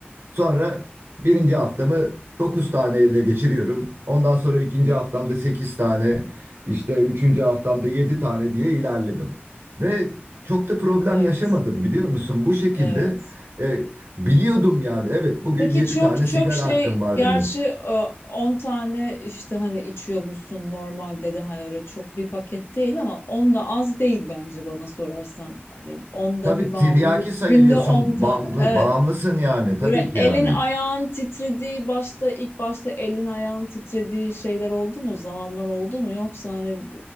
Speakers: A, on the right; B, on the left.
A: Sonra birinci haftamı 9 tane ile geçiriyorum. Ondan sonra ikinci haftamda 8 tane, işte üçüncü haftamda 7 tane diye ilerledim. Ve çok da problem
B: Evet.
A: yaşamadım biliyor musun? Bu şekilde
B: Evet.
A: e, biliyordum yani. Evet bugün
B: Peki
A: 7
B: çok
A: tane
B: çok
A: sigara
B: şey
A: hakkım var
B: gerçi
A: Deniz.
B: e, 10 tane işte hani içiyormuşsun normalde de hani öyle çok bir paket değil ama 10 da az değil bence bana sorarsan. Hani 10 da
A: Tabii
B: bir
A: tiryaki
B: bağımlılık.
A: sayılıyorsun,
B: Günde 10 tane.
A: bağımlı,
B: Evet.
A: bağımlısın yani tabii
B: Böyle
A: ki
B: elin
A: yani.
B: ayağın titrediği başta ilk başta elin ayağın titrediği şeyler oldu mu? Zamanlar oldu mu? Yoksa hani